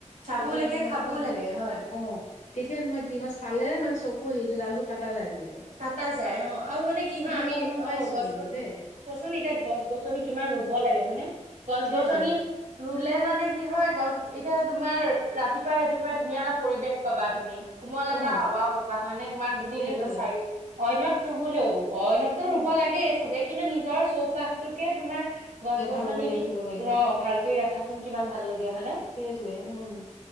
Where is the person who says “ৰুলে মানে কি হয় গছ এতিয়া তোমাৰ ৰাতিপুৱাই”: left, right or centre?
Right